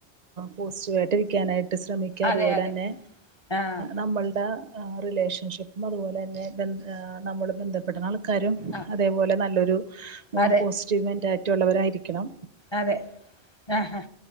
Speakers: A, on the right; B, on the left.
A: പോസിറ്റീവായിട്ട് ഇരിക്കാനായി ശ്രമിക്ക
B: അതെ
A: അതുപോലെ
B: അതെ
A: തന്നെ
B: ആഹ്
A: നമ്മളുടെ റിലേഷൻഷിപ്പും അതുപോലെ തന്നെ ബ നമ്മൾ ബന്ധപ്പെട്ട ആൾ ക്കാരും
B: ആഹ്
A: അതേപോലെ നല്ലൊരു
B: അതെ
A: പോസിറ്റീവ് മെൻറാലിറ്റി ഉള്ളവരായിരിക്കണം
B: അതെ ആഹ് ആഹ്